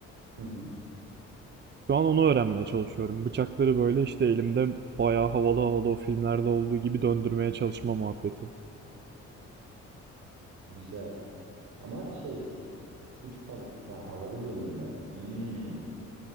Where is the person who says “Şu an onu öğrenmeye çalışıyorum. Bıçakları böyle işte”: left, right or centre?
Right